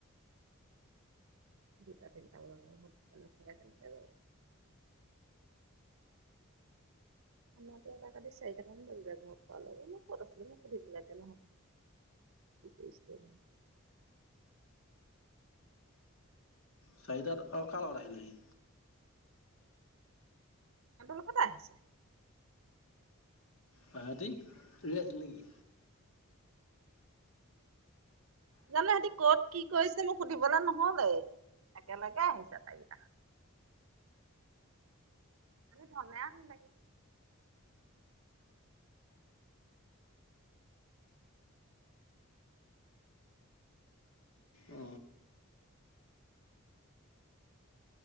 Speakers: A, on the right; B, on the left.
A: দুটা তিনিটা বল লগ থেনে খানাটো এটা কালি চাৰিটামান বাজিলে ঘৰ পোৱালেকে মই ক'ত আছিল মই সুধিবলেকে নহল কি কৰিছে
B: চাৰিটাত আৰু কাৰ লগত আহিলে হি
A: সিহতৰ লগতে আহিছে
B: তহতি ৰেষ্ট নেকি
A: জানো সিহতি কত কি কৰিছে মোক সুধিবলৈ নহলেই একেলগে আহিছে চাৰিটা আমি ধনে আনিলেগে
B: অ